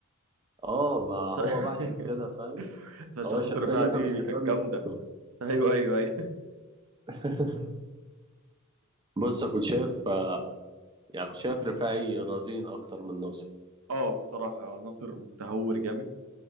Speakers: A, on the right (about 20°); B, on the right (about 80°).
A: اه ما
B: ش-
A: هو
B: <laughs>
A: بقى عشان كده فاهم
B: فشخصيه
A: هو الشخصيه
B: رفاعه
A: اللي انت
B: دي
A: بتحبها
B: كانت
A: بيموتوها
B: جامده ايوه ايوه ايوه
A: <laughs> بص أنا كنت شايف آه، يعني كنت شايف رفاعي رزين اكتر من ناصر
B: <laughs> اه بصراحه ناصر متهور جامد